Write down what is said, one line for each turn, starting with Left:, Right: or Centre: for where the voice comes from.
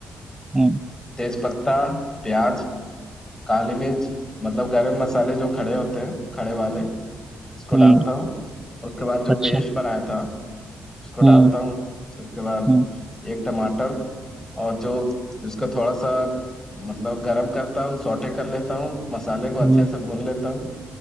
Right: हम्म
Left: तेज पत्ता प्याज काली मिर्च मतलब गरम मसाले जो खड़े होते हैं खड़े वाले इसको
Right: हम्म,
Left: डालता हूँ उसके बाद जो
Right: अच्छा
Left: पेस्ट बनाया था उसको
Right: हम्म
Left: डालता हूँ उसके बाद
Right: हम्म
Left: एक टमाटर और जो इसको थोड़ा सा मतलब गरम करता हूँ सौटे कर लेता हूँ मसाले को अच्छे
Right: हम्म,
Left: से भून लेता हूँ